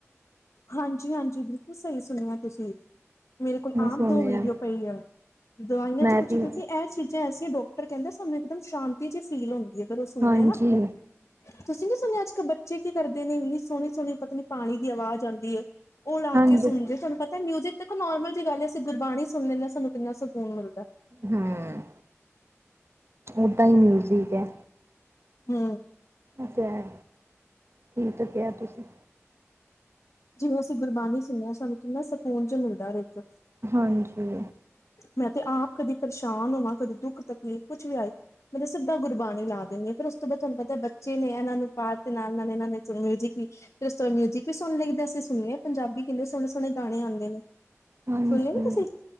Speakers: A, on the left; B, on the right.
A: ਹਾਂਜੀ-ਹਾਂਜੀ, ਬਿਲਕੁਲ ਸਈ ਸੁਨੇਆ ਤੁਸੀ। ਮੇਰੇ ਕੋਲ
B: ਮੈਂ
A: ਆਮ
B: ਸੁਣਿਆ
A: ਦੋ ਵੀਡੀਓ ਪਈ ਐਂ, ਦਵਾਈਆਂ
B: ਮੈਂ
A: ਚ ਕੁਛ
B: ਵੀ
A: ਕਿਉਕੀ ਐ ਚੀ ਗਏ ਐਸੀੇ ਡੋਕਟਰ ਕੈਂਦੇ ਸਾਨੂੰ ਏਕ ਦਮ ਸ਼ਾਂਤੀ ਚ ਫੀਲ ਹੋਂਦੀ ਏ ਜਦੋ ਸੁਨੇ
B: ਹਾਂਜੀ
A: ਨਾ। ਤੁਸੀ ਨੀ ਸੁਨੇਆ ਆੱਜ-ਕੱਲ ਬੱਚੇ ਕੀ ਕਰਦੇ ਨੇ, ਇੰਨੀ ਸੋਣੀ-ਸੋਣੀ ਪਤਾ ਨੀ ਪਾਣੀ ਦੀ ਅਵਾਜ ਆਂਦੀ ਏ। ਓ ਲਾ
B: ਹਾਂਜੀ
A: ਕੇ ਸੁਨਦੇ ਥੋਨੂ ਪਤੈ ਮਿਊਜੀ਼ਕ ਦੇਖੋ ਨੋਰਮਲ ਜੀ ਗਾੱਲ ਏ ਅਸੀ ਗੁਰਬਾਣੀ ਸੁਨ ਲੇਨੇ ਆਂ ਸਾਨੂੰ ਕਿੰਨਾ ਸਕੂਨ ਮਿਲਦਾ ਐ।
B: ਹੂੰ, ਓਦਾਂ ਈ ਮਿਊਜ਼ਿਕ ਐ।
A: ਹੂੰ।
B: ਓ ਤੇ ਹੈ, ਠੀਕ ਕੇਆ ਤੂਸੀ।
A: ਜਿਵੇਂ ਅਸੀਂ ਗੁਰਬਾਨੀ ਸੁਨੇ ਆਂ ਸਾਨੂੰ ਕਿੰਨਾ ਸਕੂਨ ਜਾ ਮਿਲਦੈ ਅਰ ਏੱਕ।
B: ਹਾਂਜੀ।
A: ਮੈਂ ਤੇ ਆਪ ਕਦੇ ਪਰਸ਼ਾਨ ਹੋਵਾਂ ਕਦੇ ਦੁੱਖ ਤਕਲੀਫ਼ ਕੁਛ ਵੀ ਆਏ ਮੈਂ ਤਾ ਸਿੱਦਾ ਗੁਰਬਾਣੀ ਲਾ ਦੇਂਨੀ ਆ ਫੇਰ ਓਸ ਤੋਂ ਬਾਦ ਤੁਹਾਨੂੰ ਪਤੈ ਬੱਚੇ ਨੇ ਏਨਾਂ ਨੂੰ ਪਾਠ ਦੇ ਨਾਲ-ਨਾਲ ਏਨਾਂ ਨੇ ਮਿਊਜ਼ਿਕ ਵੀ ਫੇਰ ਓਸ ਤੋਂ ਮਿਊਜ਼ਿਕ ਵੀ ਸੁਨ ਲਈ ਦਾ ਅਸੀਂ ਸੁਨੇ ਆ ਪੰਜਾਬੀ ਕਿੰਨੇ ਸੋਣੇ-ਸੋਣੇ ਗਾਣੇ ਆਂਦੇ ਨੇ।
B: ਹਾਂਜੀ,
A: ਸੁਣਨੇ ਨੀ ਤੁਸੀਂ